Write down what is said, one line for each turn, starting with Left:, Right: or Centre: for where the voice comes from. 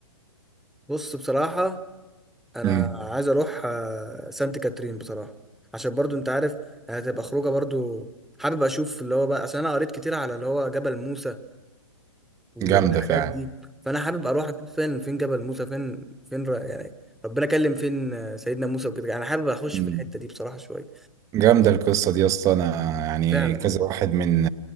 Centre: بص بصراحه انا
Right: امم
Centre: عايز اروح آه، سانت كاترين بصراحه عشان برضو انت عارف هتبقى خروجه برضو حابب اشوف اللي هو بقى عشان انا قريت كتير على اللي هو جبل موسى و-
Right: جامدة
Centre: والحاجات
Right: فعلا
Centre: دي فانا حابب اروح اشوف فين فين جبل موسى فين فين ر- يعني ربنا كلم فين آه، سيدنا موسى وكده انا حابب اخش
Right: جامدة
Centre: في الحته دي بصراحه شويه
Right: جامدة القصة دي يا اسطى أنا يعني
Centre: فعلا
Right: كذا واحد من